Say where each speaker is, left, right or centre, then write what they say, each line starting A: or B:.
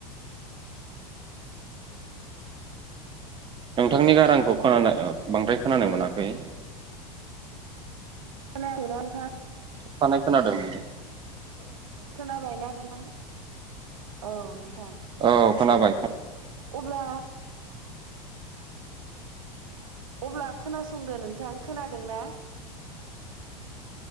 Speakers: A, on the right; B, on the right.
A: नोंथांनि गारांखौ खोनानाय ओ बांद्राय खोनानो
B: नोंथां
A: मोनाखै?
B: <unintelligible> खोनायाखैना नोंथां?
A: थाबथानाय खोनादोंमोन।
B: खोनाबायना नोंथां औ नोंथां।
A: औ खोनाबाय।
B: अब्ला अब्ला खोनासंदो नोंथां खोनादों ना?